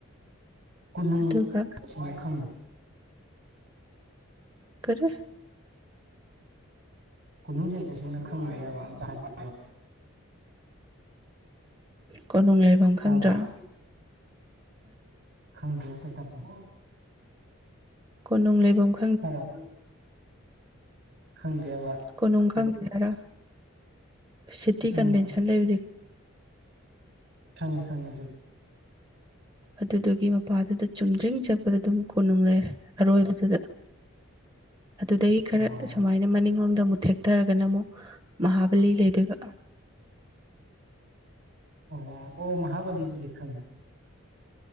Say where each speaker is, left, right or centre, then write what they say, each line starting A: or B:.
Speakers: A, on the right (about 65°); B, on the right (about 20°).
A: ꯀꯣꯅꯨꯡ
B: ꯑꯗꯨꯒ
A: ꯈꯪꯗꯦ
B: <unintelligible>
A: ꯀꯣꯅꯨꯡꯖꯤ ꯑꯩ ꯇꯁꯦꯡꯅ ꯈꯪꯗꯦꯕ ꯑꯇꯥ ꯍꯥꯏꯕꯤꯌꯨ
B: ꯀꯣꯅꯨꯡ ꯂꯩꯐꯝ ꯈꯪꯗ꯭ꯔꯥ
A: ꯇꯥꯕꯔ ꯈꯪꯗꯦ ꯑꯝꯇ ꯇꯥꯛꯄꯤꯌꯨ
B: ꯀꯣꯅꯨꯡ ꯂꯩꯕꯐꯝ
A: ꯍꯥꯏꯔꯣ ꯈꯪꯗꯦꯕ
B: ꯀꯣꯅꯨꯡ ꯈꯪꯗꯦ ꯍꯥꯏꯔꯣ ꯁꯤꯇꯤ
A: ꯎꯝ
B: ꯀꯟꯚꯦꯟꯁꯟ ꯂꯩꯕꯗꯨꯗꯤ
A: ꯈꯪꯉꯦ ꯈꯪꯉꯦ ꯑꯗꯨꯗꯤ
B: ꯑꯗꯨꯗꯨꯒꯤ ꯃꯄꯥꯗꯨꯗ ꯆꯨꯝꯗ꯭ꯔꯤꯡ ꯆꯠꯄꯗ ꯑꯗꯨꯝ ꯀꯣꯅꯨꯡ ꯂꯩꯔꯦ ꯑꯔꯣꯏꯕꯗꯨꯗ ꯑꯗꯨꯗꯒꯤ ꯈꯔ
A: ꯑꯣ
B: ꯁꯨꯃꯥꯏꯅ ꯃꯅꯤꯡꯂꯣꯝꯗ ꯑꯃꯨꯛ ꯊꯦꯛꯊꯔꯒꯅ ꯑꯃꯨꯛ ꯃꯍꯥꯕꯂꯤ ꯂꯩꯗꯨꯕ
A: ꯑꯣ ꯑꯣ ꯃꯥꯕꯂꯤꯗꯨꯗꯤ ꯈꯪꯉꯦ